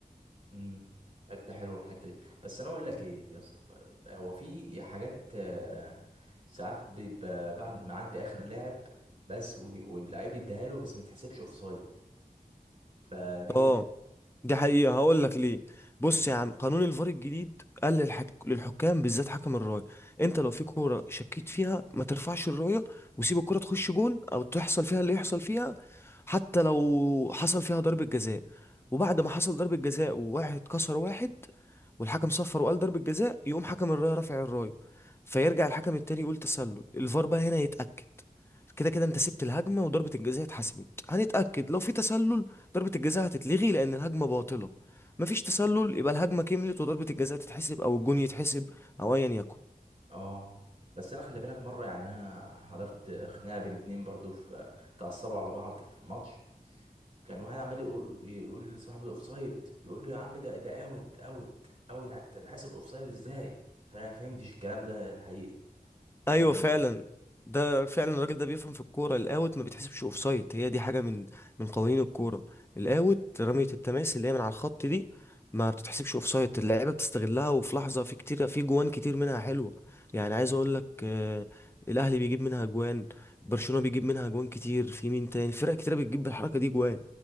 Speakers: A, on the right (about 35°); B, on the left (about 15°).
A: امم حته حلوه الحته دي بس انا اقول لك ايه يا اسطى هو في حاجات آه، ساعات بيبقى بعد ما عدي اخر لاعب بس و- واللعيب يديها له بس ما تحسبش اوف سايد فدي
B: اه دي حقيقة
A: دي-
B: هقول لك ليه
A: مم.
B: بص يا عم قانون الفار الجديد قال للحك... للحكام بالذات حكم الراية انت لو في كورة شكيت فيها ما ترفعش الراية وسيب الكورة تخش جون او تحصل فيها اللي يحصل فيها حتى لو حصل فيها ضربة جزاء وبعد ما حصل ضربة جزاء وواحد كسر واحد والحكم صفر وقال ضربة جزاء يقوم حكم الراية رافع الراية فيرجع الحكم التاني يقول تسلل الفار بقى هنا يتأكد كده كده انت سبت الهجمة وضربة الجزاء اتحسبت هنتأكد لو في تسلل ضربة الجزاء هتتلغي لأن الهجمة باطلة مفيش تسلل يبقى الهجمة كملت وضربة الجزاء تتحسب أو الجون يتحسب أو أيا يكن
A: اه بس انا خلي بالك مره يعني انا حضرت خناقه بين اتنين برضو في اتعصبوا على بعض في ماتش كان واحد عمال يقول يقول لصاحبه اوف سايد يقول له يا عم ده ده اوت اوت اوت هتتحسب اوف سايد ازاي فانا ما فهمتش الكلام ده الحقيقه يعني
B: ايوه فعلا ده فعلا الراجل ده بيفهم في الكوره الاوت ما بيتحسبش اوف سايد هي دي حاجه من من قوانين الكوره الاوت رميه التماس اللي هي من على الخط دي ما بتتحسبش اوف سايد اللعيبه بتستغلها وفي لحظه في كتير في جوان كتير منها حلوه يعني عايز اقول لك آه، الاهلي بيجيب منها جوان برشلونه بيجيب منها جوان كتير في مين تاني فرق كتير بتجيب بالحركه دي جوان